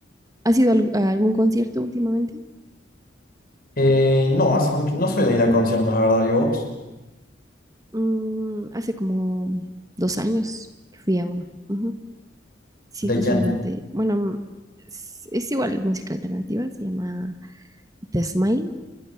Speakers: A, on the right; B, on the left.
A: ¿Has ido al- a algún concierto últimamente?
B: Eh, no, hace mucho, no soy de ir a conciertos, la verdad. ¿Y vos?
A: Mm, hace como dos años que fui a uno. Ujú. Sí,
B: ¿De
A: justamente.
B: quién?
A: Bueno, mm, es, es igual música alternativa, se llama The Smile